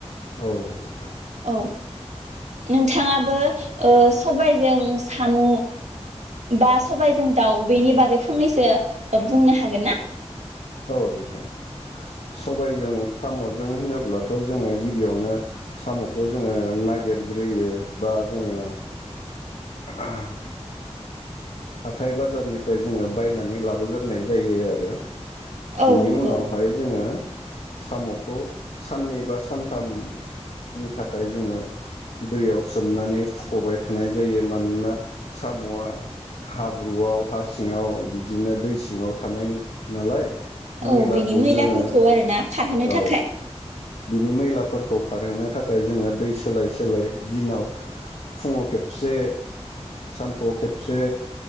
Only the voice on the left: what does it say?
औ नोंथां।
औ नोंथां। सबायजों साम'जों होनोब्लाथ' जोङो गिबियावनो साम'खौ जोङो नागिरग्रोयो बा जोङो आह हाथाय बाजारनिफ्राय जोङो बायनानै लाबोगोरनाय जायो आरो।
बिनि
उनावहाय जोङो साम'खौ साननै बा सानथाम नि थाखाय जोङो दैयाव सोमनानै फुख'बाय थानाय जायो मानोना साम'आ हाब्रुआव हा सिङाव बिदिनो दै सिङाव थानाय नालाय मैलाखौ
जोङो
औ
बिनि मैलाफोरखौ खारहोनो थाखाय जोङो दै सोलाय सोलाय दिनाव फुङाव खेबसे सानफुआव खेबसे